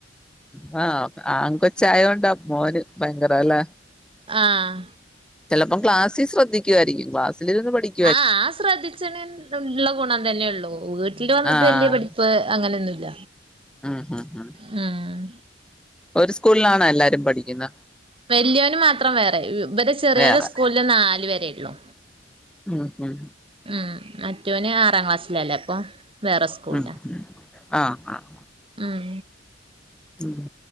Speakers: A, in the centre; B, on the right (about 30°).
A: ഉ ആഹ് ആ കൊച്ചായൊണ്ടാ മോന് ഭയങ്കരല്ല
B: ആഹ്
A: ചിലപ്പോൾ ക്ലാസിൽ ശ്രദ്ധിക്കുായിരിക്കും ക്ലാസ്സൽരുന്ന് പഠിക്കും
B: ആ ആ ശ്രദ്ധിച്ചണ ഉള്ള ഗുണം തന്നെയള്ളൂ വീട്ടിൽ വന്നിട്ട്
A: ആഹ്
B: വലിയ പഠിപ്പ് പഠിപ്പ് അങ്ങനെന്നുല്ല
A: ഉം ഹം ഹം
B: ഉം
A: ഒരു സ്കൂളിലാണ് എല്ലാരും പഠിക്കുന്നത്
B: വല്ല്യോൻ മാത്രം വേറെ ഇവിടെ ചെറിയൊരു
A: വേറെ
B: സ്കൂളില് നാല് വരെ ഒള്ളു
A: ഉം ഹം
B: ഉം മറ്റവന് ആറാം ക്ലാസ്സിലല്ലേ അപ്പൊ വേറെ സ്കൂളില
A: ഉം ഉം ആഹ് ആഹ്
B: ഉം
A: ഉം